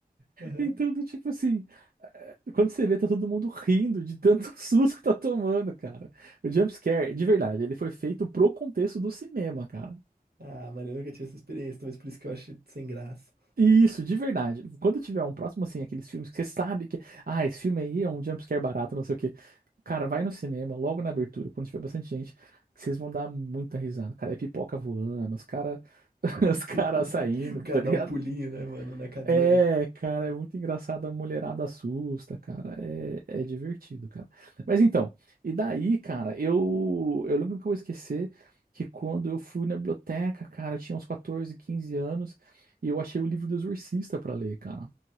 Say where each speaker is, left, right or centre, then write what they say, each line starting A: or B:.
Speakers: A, on the right; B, on the right.
A: Aham.
B: Então, do tipo assim, eh, quando você vê, tá todo mundo rindo de tanto <laughs> susto que tá tomando, cara. O jumpscare, de verdade, ele foi feito pro contexto do cinema, cara.
A: Ah, mano, eu nunca tive essa experiência, talvez por isso que eu acho sem graça.
B: Isso, de verdade. Quando tiver um próximo, assim, aqueles filmes que você sabe que, ah, esse filme aí é um jumpscare barato, não sei o quê. Cara, vai no cinema, logo na abertura, quando tiver bastante gente, que vocês vão dar muita risada. Cara, é pipoca voando, os cara, <laughs> os caras
A: <laughs>
B: saindo,
A: O cara
B: tá ligado?
A: dá um pulinho, né, mano, na cadeira.
B: É, cara, é muito engraçado. A mulherada assusta, cara. É, é divertido, cara. Mas então, e daí, cara, eu, eu lembro que eu vou esquecer que quando eu fui na biblioteca, cara, eu tinha uns 14, 15 anos e eu achei o livro do Exorcista pra ler, cara.